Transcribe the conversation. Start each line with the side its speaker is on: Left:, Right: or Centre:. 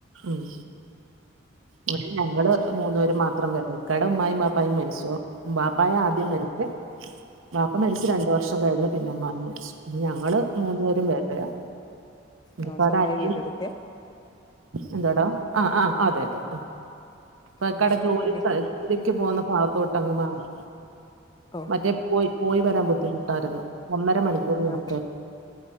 Right: ഉം ഇവ്ടെ ഞങ്ങള് മൂന്നു പേര് മാത്രം വേറേ ഇക്കടെ ഉമായും ബാപ്പായും മരിച്ചു ബാപ്പായ ആദ്യം മരിച്ചെ ബാപ്പ മരിച്ചു രണ്ടു വർഷം കഴിഞ്ഞ് പിന്നെ ഉമ്മായും മരിച്ചു ഞങ്ങള് മൂന്നു പേരും വേറെയാ
Left: ആ
Right: ഇപ്പാടെ
Left: സ്വന്തമായി
Right: അനിയൻ
Left: വീട്ടെടുത്തെ
Right: എന്താടാ ആ ആഹ് അതെ അതെ ആ ഇക്കാക്കടെ
Left: ഉം
Right: ജോലി
Left: പിന്നെ
Right: ജോലിക്ക് പോന്ന ഭാഗത്തോട്ടങ്ങ് മാറി
Left: ഓ
Right: മറ്റേ പോയി പോയി വരാൻ ബുദ്ധിമുട്ടായിരുന്നു ഒന്നര മണിക്കു യാത്രയാ
Left: ആഹ്